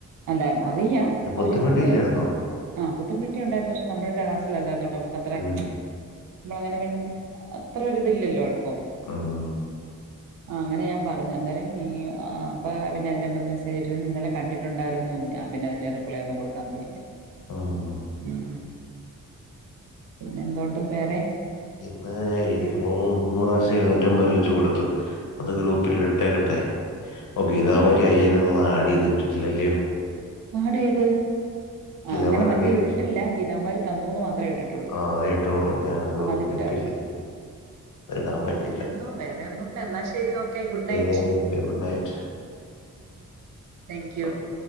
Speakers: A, on the right; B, on the left.
A: അല്ലാന്നോ അറിയാം
B: ഒരു പൊത്തുമെട്ടിയില്ലായിരുന്നോ
A: അവരെ മൂന്ന് പേരേം അഹ് പുത്തെൻ കുട്ടി ഉണ്ടാരുന്നു പക്ഷെ നമ്മടെ ക്ലാസ്സിൽ അല്ലാരുന്നു കൊണ്ട് നമുക്ക് അത്രേം
B: ഉം.
A: നമ്മള് അങ്ങനെ മിൺ അത്രേം ഒരുതില്ലല്ലോ അടു ഇപ്പം
B: ഉം.
A: അഹ് അങ്ങനെ ഞാൻ പറഞ്ഞു അന്നേരം ഹീ അഹ് അപ്പ പറഞ്ഞു സേട്രിനെ ഇന്നലെ കണ്ടിട്ടുണ്ടാരുന്നൂന്ന് ഞാൻ പിന്നെ അതിനു റിപ്ലൈ ഒന്നും കൊടുക്കാൻ പോയില്ല
B: ഉം.
A: മ് പിന്നെ എന്തോണ്ട് വേറെ
B: ഇന്ന് മൂന്നു പ്രാവശ്യം ഇരുന്നൂറ്റമ്പത് രൂപ വെച്ച് കൊടുത്തു അത് ഗ്രൂപ്പിൽ ഇട്ടേക്കട്ടെ ഗീതകുമാരി അയ്യായിരം തന്നത് ആഡ് ചെയ്തു ഇട്ടിട്ടില്ല അല്ലിയോ
A: ആഡ് ചെയ്തു ആ
B: ഗീതാമാരുടെ
A: അങ്ങനെ മറ്റേ
B: പേര്
A: ഇതിട്ടില്ല
B: വെച്ചോ
A: ഗീതകുമാരി തന്നുന്ന് മാത്രേ ഇട്ടിട്ടുള്ളു
B: ആ അത് ഇട്ടോളൂ ഞാൻ അത്
A: അതിട്ട
B: ഇട്ടില്ല അത് ഇടാൻ പറ്റില്ല
A: പിന്നെന്തുവാ വേറെ എന്നാ ശെരി ഓക്കേ ഓക്കേ ഗുഡ്
B: ശരി
A: നൈറ്റ്‌
B: ഗുഡ് നൈറ്റ്
A: താങ്ക്യൂ
B: ഓക്കെ